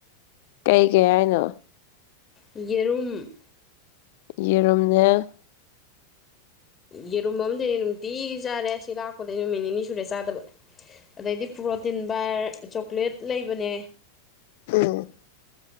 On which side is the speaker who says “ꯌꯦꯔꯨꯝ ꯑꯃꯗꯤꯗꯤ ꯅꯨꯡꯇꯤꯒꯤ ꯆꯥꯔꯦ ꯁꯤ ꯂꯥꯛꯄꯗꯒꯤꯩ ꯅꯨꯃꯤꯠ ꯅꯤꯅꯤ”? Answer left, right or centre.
Left